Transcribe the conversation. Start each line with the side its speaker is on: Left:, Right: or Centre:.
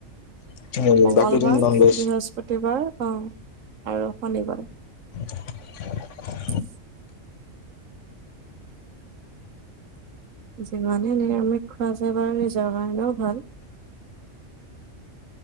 Left: নিৰামিষ
Right: মংগলবাৰ
Left: বাকী দিন নন ভেজ।
Right: বৃহস্পতিবাৰ আহ আৰু শনিবাৰ
Left: <unintelligible>
Right: উ যিমানে নিৰামিষ খোৱা যায় বাৰু নিজৰ কাৰণেও ভাল